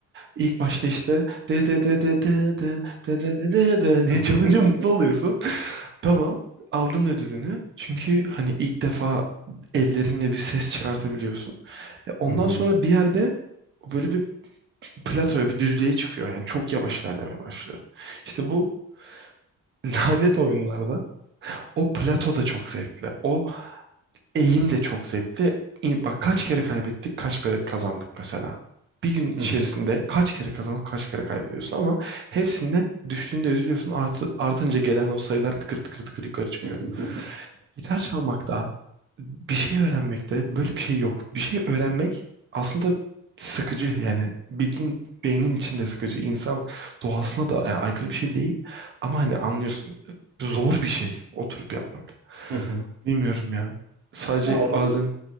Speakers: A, on the right; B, on the right.
A: ilk başta işte de de de de de de de de de de de diye
B: <laughs>
A: çalınca mutlu oluyorsun. <laughs> Tamam. Aldın ödülünü. Çünkü hani ilk defa ellerinle bir ses çıkartabiliyorsun. E, Ondan
B: Hı hı.
A: sonra bir yerde böyle bir platoya bir düzlüğe çıkıyor. Yani çok yavaş ilerlemeye başlıyor. İşte bu <laughs> lanet oyunlarda o plato da çok zevkli. O eğim de çok zevkli. İn- Bak kaç kere kaybettik, kaç kere kazandık mesela. Bir gün içerisinde
B: Hı hı.
A: kaç kere kazanıp kaç kere kaybediyorsun ama hepsinde düştüğünde üzülüyorsun. Artı, artınca gelen o sayılar tıkır tıkır tıkır yukarı çıkıyor.
B: <laughs>
A: Gitar çalmakta, bir şey öğrenmekte böyle bir şey yok. Bir şey öğrenmek aslında sıkıcı yani bildiğin beynin içinde sıkıcı. İnsan doğasına da yani aykırı bir şey değil ama hani anlıyorsun zor bir şey oturup yapmak.
B: Hı hı.
A: Bilmiyorum ya. Sadece
B: Ya orada
A: bazen